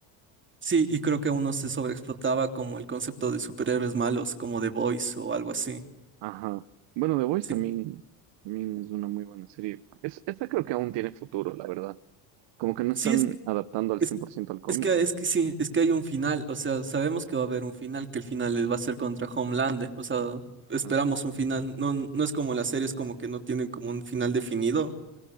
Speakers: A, on the right (about 25°); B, on the right (about 65°).
A: Sí, y creo que uno se sobreexplotaba como el concepto de superhéroes malos, como The Boys o algo así.
B: Ajá. Bueno, The Voice
A: Sí,
B: también, también es una muy buena serie. Es, esta creo que aún tiene futuro, la verdad. Como que no están
A: sí es,
B: adaptando al
A: es,
B: 100% al cómic.
A: es que es que sí, es que hay un final, o sea, sabemos que va a haber un final, que el final va a ser contra Homelander, o sea,
B: Ajá.
A: esperamos un final. No, no es como las series como que no tienen como un final definido,